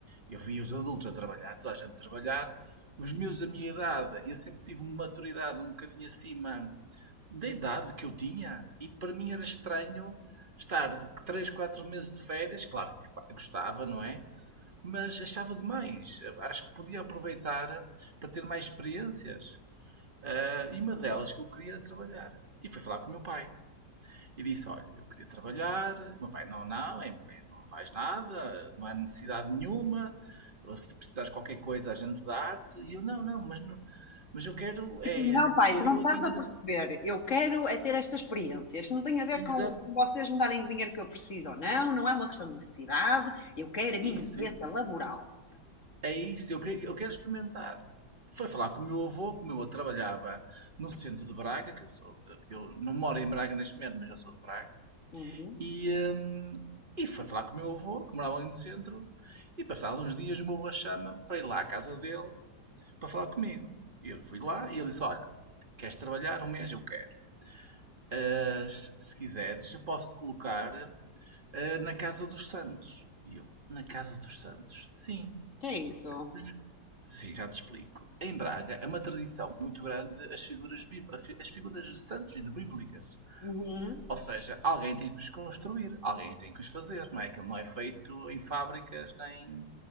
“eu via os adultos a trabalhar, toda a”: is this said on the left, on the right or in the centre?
Right